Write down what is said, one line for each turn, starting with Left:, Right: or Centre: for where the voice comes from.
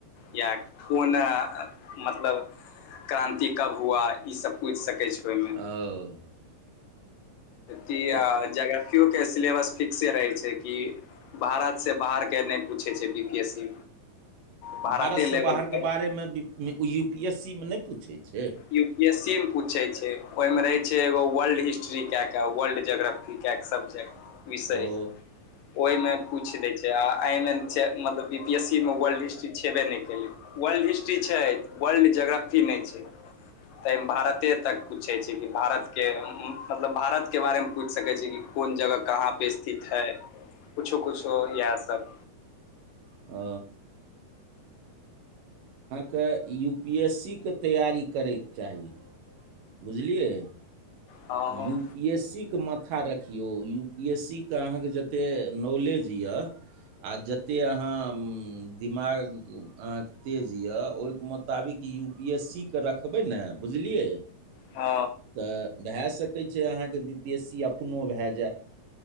Left: या कोन आ मतलब क्रान्ति कब हुआ ईसभ पूइछ सकै छै। ओय
Right: ओ
Left: में ती
Right: तऽ
Left: आ जग केओ के सिलेबस फिक्से रहै छै, कि भारत से बाहर के नहि पूछै छै, B, P, S, C भारते
Right: Bharat सँ
Left: लेवल
Right: बाहरके
Left: पे
Right: बारे में यू, पी, एस, सी में नहि पूछै छै।
Left: यू, पी, एस, सी, में पूछै छै, ओहिमें रहय छै, एगो वर्ल्ड हिस्ट्री कए के वर्ल्ड जोग्रफी- क -क सब्जेक्ट विषय
Right: ओ
Left: ओइमे पूइछ दै छै, आ एहिमे मतलब बी, पी, एस सी, मे वर्ल्ड हिस्ट्री छेबे नै केललै वर्ल्ड हिस्ट्री छै, वर्ल्ड ज्योग्राफी नहि छै। ताइ मे भारते तक पूछैत छै, कि भारत के मतलब भारत के बारेमे पूईछ सकैत छी, कि कोन जगह कहाँपर स्थित है कुछो- किुछो इएह सब
Right: ओ त यू, पी, एस सी, के तैआरी करैके चाही बुझलियै।
Left: हँ
Right: यूप यू पीएस सी के माथा रखिऔ यू पीएस सी के अहाँके जतेक नॉलेज यऽ आ जतेक अहाँ दिमाग। अहाँके तेज यऽ ओहिके मोताबिक यू पी एस सी के रखबै ने बुझलियै।
Left: आ।
Right: तऽ भए सकै छै। अहाँके विदेशी अपनो भए जायत।